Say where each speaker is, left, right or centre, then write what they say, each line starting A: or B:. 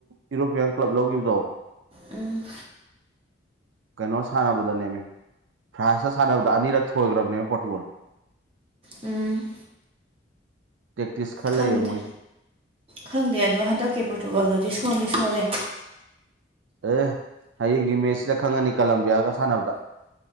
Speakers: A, on the right; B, on the right.
A: ꯌꯨꯔꯣꯄꯤꯌꯥꯟ ꯀ꯭ꯂꯕ ꯂꯧꯈꯤꯕꯗꯣ
B: ꯎꯝ
A: ꯀꯩꯅꯣꯁ ꯁꯥꯟꯅꯕꯗꯅꯦꯃꯦ ꯐ꯭ꯔꯥꯟꯁꯇ ꯁꯥꯟꯅꯕꯗ ꯑꯅꯤꯔꯛ ꯊꯣꯏꯈ꯭ꯔꯕꯅꯦꯕ ꯄꯣꯔꯇꯨꯒꯜ
B: ꯎꯝ
A: ꯇꯦꯛꯇꯤꯁ ꯈꯔ
B: ꯈꯪꯗꯦ
A: ꯂꯩꯌꯦꯕ ꯃꯣꯏ
B: ꯈꯪꯗꯦ ꯑꯗꯣ ꯍꯟꯗꯛꯀꯤ ꯄꯣꯔꯇꯨꯒꯜꯗꯗꯤ ꯊꯣꯅꯤ ꯁꯣꯜꯂꯤ
A: ꯑꯦ ꯍꯌꯦꯡꯒꯤ ꯃꯦꯠꯁꯤꯗ ꯈꯪꯉꯅꯤ ꯀꯂꯝꯕꯤꯌꯥꯒ ꯁꯥꯟꯅꯕꯗ